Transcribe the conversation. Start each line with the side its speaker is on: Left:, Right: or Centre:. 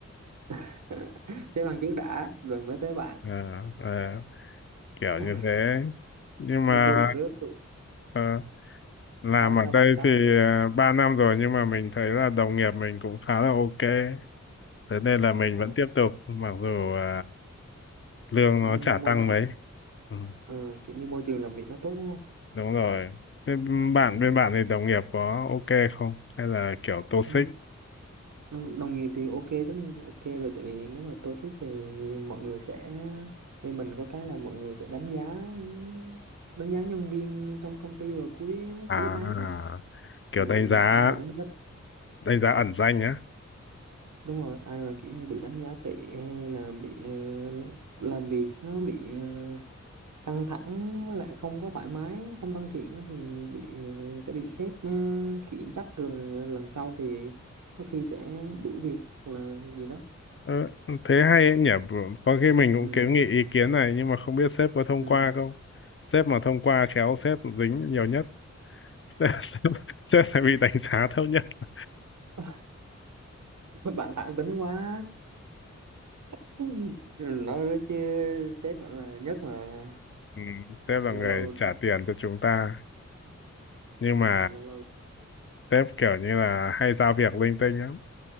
Right: <laughs> sếp bạn trước đã rồi mới tới bạn
Left: Ờ, ờ, kiểu
Right: <laughs>
Left: như thế nhưng
Right: như
Left: mà
Right: tôi cũng rước tôi
Left: ờ, làm
Right: à, sao
Left: ở đây
Right: bạn sao
Left: thì uh, 3 năm rồi nhưng mà mình thấy là đồng nghiệp mình cũng khá là ok thế nên là mình
Right: Ờ,
Left: vẫn tiếp tục mặc dù ờ, lương
Right: kiểu
Left: nó
Right: như
Left: chả
Right: môi
Left: tăng
Right: trường
Left: mấy ừ,
Right: ờ, kiểu như môi trường làm việc nó tốt đúng không
Left: đúng rồi Thế bạn
Right: ừ.
Left: bên bạn thì đồng nghiệp có ok không hay là kiểu toxic
Right: Nhưng, ờ, đồng nghiệp thì ok tất nhiên là ok rồi tại vì nếu mà toxic thì mọi người sẽ vì mình có cái là mọi người sẽ đánh giá đánh giá nhân viên trong công ty vào cuối
Left: à
Right: cuối tháng á.
Left: kiểu
Right: thì
Left: đánh giá
Right: ai mà đánh giá
Left: đánh giá ẩn danh á
Right: đúng rồi ai mà kiểu như bị đánh giá tệ hay là bị ờ, làm việc nó bị ờ, căng thẳng với lại không có thoải mái không thân thiện á thì bị sẽ bị sếp ờ, khiển trách rồi lần sau thì có khi sẽ đuổi việc hoặc là gì đó
Left: Ờ, thế hay ấy nhỉ có khi mình cũng
Right: ừ
Left: kiến nghị ý kiến này nhưng mà không biết sếp có thông
Right: ừ
Left: qua không sếp mà thông qua khéo sếp dính nhiều nhất <laughs> sếp, sếp, sếp sẽ bị đánh giá thấp nhất
Right: <laughs> bạn thẳng tính quá <laughs> Ừ, nói đó chứ sếp vẫn là nhất mà
Left: ừ, sếp là
Right: lâu
Left: người
Right: lâu
Left: trả tiền cho chúng ta nhưng
Right: ừ,
Left: mà
Right: lâu lâu
Left: sếp kiểu như là hay giao việc linh tinh lắm